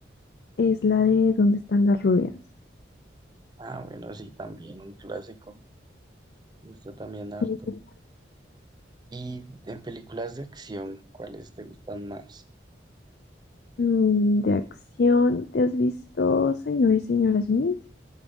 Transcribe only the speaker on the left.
es la de ¿Dónde están las rubias?
Y tú,
mm, De acción, ¿te has visto Señor y Señora Smith?